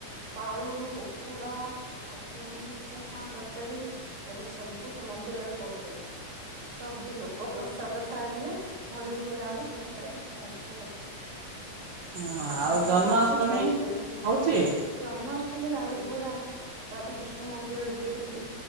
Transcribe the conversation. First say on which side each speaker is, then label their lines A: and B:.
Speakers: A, on the right; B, on the right.
A: ପାଳୁ ଉକୁଡ଼ା ଆ ପୁରୀ ଉପମା ତରକାରୀ କରୀ ଏବେ ସବୁ ସେ ମନ୍ଦିରରେ କରୁଛନ୍ତି। ସବୁ ଲୋକ ପ୍ରସାଦ ସାରିବେ ଘରକୁ ଗଲା ବଳୁ ଦିଟା ଦିଟା ଅଧେ
B: ହଁ
A: ଆପଣ
B: ଆଉ
A: କେତେବେଳେ
B: ଜନ୍ମାଷ୍ଟମୀ
A: ଆସନ୍ତୁ ଏଠି ଦେଖିବା
B: ହଉଛି
A: ଜନ୍ମାଷ୍ଟମୀରେ ଆହୁରି ଗୁରା ରାଧାକୃଷ୍ଣ ମନ୍ଦିରରେ ଅଛନ୍ତି